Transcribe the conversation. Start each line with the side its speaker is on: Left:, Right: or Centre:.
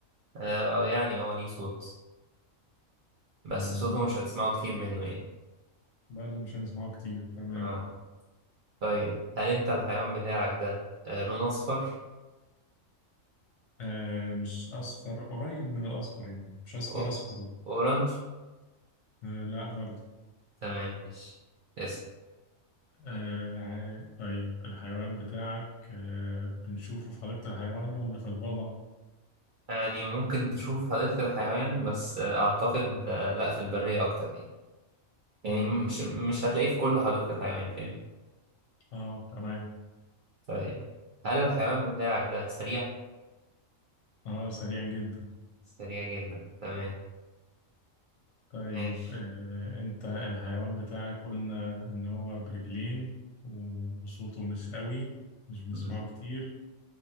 Right: آه آه، يعني اه ليه صوت بس
Left: مم،
Right: صوته مش هتسمعه كتير منه يعني
Left: برضه مش هنسمعه كتير تمام
Right: اه طيب هل أنت الحيوان بتاعك ده آه لون أصفر؟
Left: آه مش أصفر قريب من الأصفر يعني مش أصفر
Right: أو-
Left: أصفر
Right: أورنج؟
Left: آه لأ برضه
Right: تمام ماشي اسأل
Left: آه ع- طيب الحيوان بتاعك آه بنشوفه في حديقة الحيوان ولا في الغابة؟
Right: يعني ممكن تشوف حديقة الحيوان بس آه أعتقد آه لأ في البرية أكتر يعني يعني
Left: مم.
Right: مش مش هتلاقيه في كل حديقة الحيوان فاهم
Left: اه تمام
Right: طيب هل الحيوان بتاعك ده سريع؟
Left: اه سريع جدا
Right: سريع جدا تمام
Left: طيب
Right: ماشي
Left: آه انت الحيوان بتاعك قلنا ان هو برجلين وصوته مش قوي مش بنسمعه
Right: مم.
Left: كتير